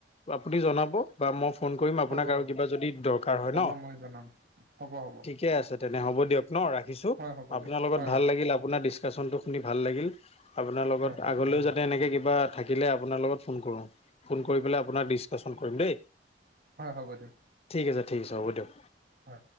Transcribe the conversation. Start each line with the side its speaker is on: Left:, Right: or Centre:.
Left: আপুনি জনাব। বা মই ফোন কৰিম আপোনাক
Right: হ'ব হ'ব
Left: আৰু কিবা যদি দৰকাৰ হয়
Right: হ'ব
Left: ন,
Right: মই জনাম হ'ব হ'ব
Left: ঠিকে আছে। আচ্ছা, তেনে হ'ব দিয়ক ন ৰাখিছোঁ,
Right: হয় হ'ব
Left: আপোনাৰ
Right: দিয়ক
Left: লগত
Right: হয়
Left: ভাল লাগিল আপোনাৰ ডিছকাশচনটো শুনি ভাল লাগিল। আপোনাৰ লগত,
Right: হয় হয়
Left: আগলৈও
Right: ধন্যবাদ
Left: যাতে এনেকে কিবা থাকিলে আপোনাৰ লগত ফোন, কৰো ফোন কৰি পেলাই আপোনাক ডিচকাচন কৰিম দেই।
Right: হয় হ'ব দিয়ক।
Left: ঠিক আছে, ঠিক আছে, হ'ব দিয়ক।
Right: হয়